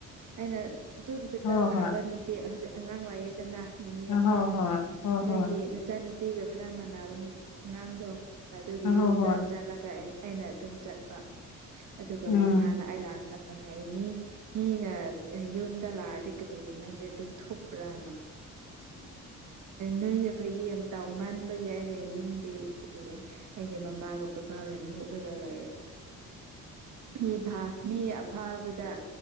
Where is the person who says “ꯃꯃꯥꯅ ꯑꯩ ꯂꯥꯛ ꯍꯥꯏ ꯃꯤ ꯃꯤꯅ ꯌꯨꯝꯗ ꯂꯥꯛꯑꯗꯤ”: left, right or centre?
Right